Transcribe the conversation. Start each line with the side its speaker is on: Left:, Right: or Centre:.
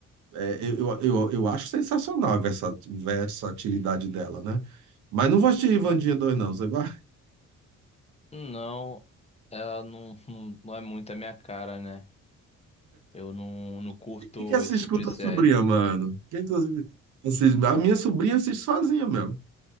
Right: é, eu, eu, eu acho sensacional a versa- versatilidade dela, né? Mas não vou assistir Ivandinha 2, não. Você vai...
Left: Não, ela não, não, não é muito a minha cara, né? Eu não, não curto
Right: <laughs> Quem que assiste
Left: esse tipo
Right: com tua
Left: de série.
Right: sobrinha, mano? Quem que assiste? A minha sobrinha assiste sozinha mesmo.